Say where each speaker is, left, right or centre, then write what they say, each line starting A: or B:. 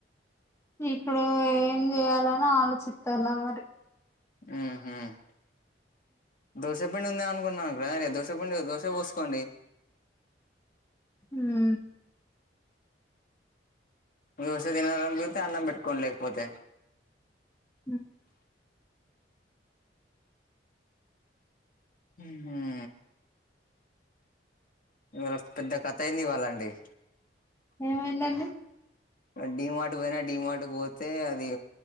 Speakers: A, on the left (about 15°); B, on the left (about 50°).
A: ఇప్పుడు ఏం చేయాలని ఆలోచిస్తున్నా మరి
B: ఉహుమ్ దోస దోశపిండి ఉంది అనుకున్నాను రే దోశ పండి దోశ పోసుకోండి
A: హుమ్
B: దోశ తినాలని లేకపోతే అన్నం పెట్టుకోండి లేకపోతే
A: హమ్
B: హుమ్ ఇవాళ ఒక పెద్ద కథ అయింది ఇవాళండి
A: ఏమైందండి
B: డి మార్ట్ పోయినా డి మార్ట్ కు పోతే అది